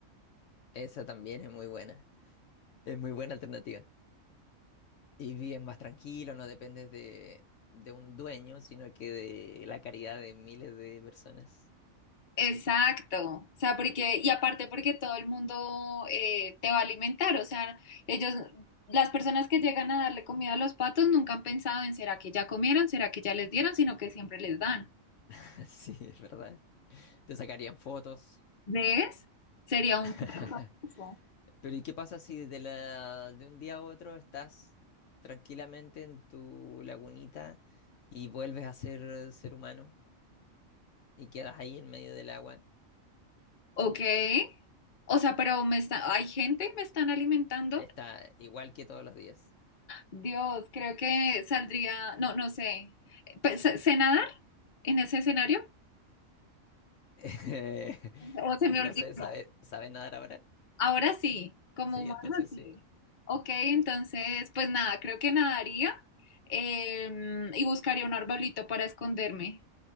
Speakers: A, on the left; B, on the left.
A: esa también es muy buena. Es muy buena alternativa. Y vives más tranquilo, no dependes de, de un dueño, sino que de la caridad de miles de personas.
B: Exacto, o sea, porque, y aparte porque todo el mundo eh, te va a alimentar, o sea, ellos, las personas que llegan a darle comida a los patos nunca han pensado en será que ya comieron, será que ya les dieron, sino que siempre les dan.
A: <laughs> Sí, es verdad. Te sacarían fotos.
B: ¿Ves? Sería un
A: <laughs>
B: pato famoso.
A: Pero ¿y qué pasa si de la, de un día a otro estás tranquilamente en tu lagunita y vuelves a ser ser humano y quedas ahí en medio del agua?
B: Ok, o sea, pero me está, hay gente que me están alimentando.
A: Está igual que todos los días.
B: Dios, creo que saldría, no, no sé, Pues, ¿sé sé nadar en ese escenario?
A: <laughs>
B: O se me
A: No
B: olvidó.
A: sé, ¿sabe, sabe nadar ahora?
B: Ahora sí, como
A: Sí,
B: humano
A: entonces
B: sí.
A: sí.
B: Ok, entonces, pues nada, creo que nadaría em, y buscaría un arbolito para esconderme.